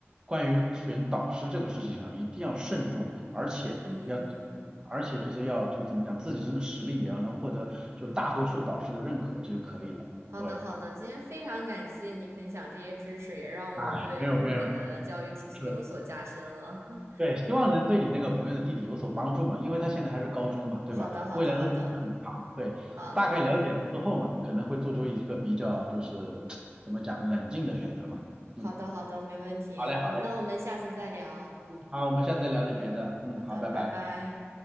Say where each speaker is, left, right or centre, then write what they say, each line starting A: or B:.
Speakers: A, on the right (about 20°); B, on the right (about 70°).
A: 关于选导师这个事情上一定要慎重，而且要
B: 可以可以，
A: 而且就是要就怎么讲，自己真的实力也要能获得就大多数导师的认可，这就可以了。
B: 好的好的，
A: 对，
B: 今天非常感谢你分享这些知识，也让我对日本的教育体系有所加深了。
A: 哎，没有没有，是。
B: <laughs>
A: 对，希望能对你那个朋友的弟弟有所帮助嘛，因为他现在还是高中嘛，对吧？
B: 好的好的好的
A: 未来的路还很长，对，
B: 好的好的
A: 大概了解了之后嘛，可能会做出一个比较就是怎么讲冷静的选择嘛。嗯，
B: 好的好的，没问题。
A: 好嘞，好嘞，
B: 我那我们下次再聊。
A: 好，我们下次再聊点别的。嗯，
B: 好的，
A: 好，拜拜。
B: 拜拜。